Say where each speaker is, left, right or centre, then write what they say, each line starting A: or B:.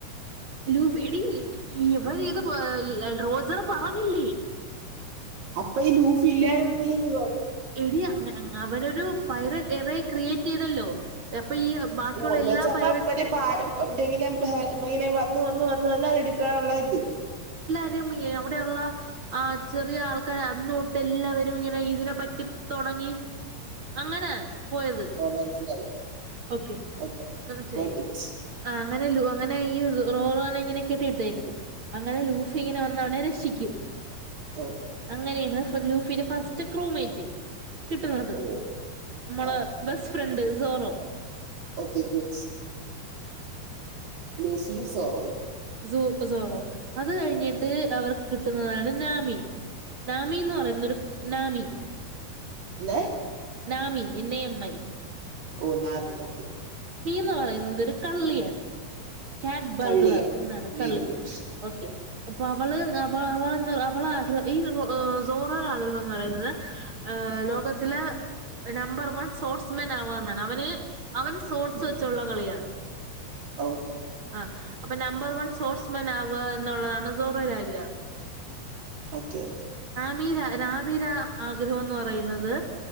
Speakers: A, on the right; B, on the right.
A: ലൂഫടി ഇവർ ഇത് റോജറ് പറഞ്ഞില്ലേ.
B: അപ്പൊ ഈ ലൂഫി ഇല്ലായിരുനി
A: എടി അവനൊരു പൈറ ഇവെ ക്രിയേറ്റ് ചെയ്തല്ലോ. ഈ ബാക്കിയുള്ള
B: ഓ ഒന്ന്
A: എല്ലാ
B: വച്ചപ്പ
A: പൈററ്റ്
B: ഒരു പാര ഇങ്ങന ഇങ്ങന <unintelligible> വന്ന് വന്ന് വന്ന് എടുക്കാനുള്ള എതി.
A: <unintelligible> അവിടെുള്ള ചെറിയ ആൾക്കാ അന്നോട്ട് എല്ലാവരും ഇങ്ങനെ ഇതിനെ പറ്റി <unintelligible> അങ്ങനെ. പോയത്
B: ഓ മനസ്സിലായി.
A: ഓക്കെ
B: ഓക്കെ
A: മനസ്സിലായില്ലേ
B: ഗോട്ട് ഇറ്റ്
A: ആ അങ്ങനെല്ലോ. അങ്ങനെ ഈ റോറോന ഇങ്ങനെ കെട്ടിയിട്ടേക്കത്. അങ്ങനെ ലൂഫി ഇങ്ങനെ വന്നവനെ രക്ഷിക്കും.
B: ഓ
A: അങ്ങനെയാണ് ലുഫിയുടെ ഫസ്റ്റ് ക്രോമേറ്റ്. കിട്ടുന്നത്.
B: ഓ
A: നമ്മള്
B: ആ
A: <unintelligible> ഫ്രണ്ട് ജോറോ.
B: ഓക്കെ ഗുസ് ലൂസിയും സോറോയും.
A: സൂപ്പ് സോറോ അത് കഴിഞ്ഞിട്ട്.
B: ഉം.
A: അവർക്ക് കിട്ടുന്നതാണ് നാമി. നാമിന്ന് പറയുന്നൊരു നാമി.
B: നെ
A: നാമി എന്, എം, ഐ
B: ഓ നാമിയോ.
A: ന്ന് പറയുന്നത് ഒരു കള്ളിയാണ്. കാറ്റ്ബർഗലർ
B: കള്ളിയാണ്
A: എന്നാണ് കള്ളി
B: വെരി ഗുഡ്
A: ഓക്കെ. അപ്പൊ അവള് അവ അവ അവള ആഗ്രഹം ഈോറോ ആഗ്രഹം എന്ന് പറയുന്നത്. ലോകത്തിലെ നമ്പർ വൺ സ്പോർട്സ്മാൻ ആവുക എന്നാണ്. അവന് അവൻ സോട്സ് വെച്ചുള്ള കളിയാണ്.
B: ഓ
A: ആ അപ്പൊ നമ്പർ വൺ സോർസ്മാൻ ആവുക. എന്നുള്ളതാണ് സോറ ആഗ്രഹം.
B: ഓക്കേ.
A: മീര രാബീര ആഗ്രഹം എന്ന് പറയുന്നത്.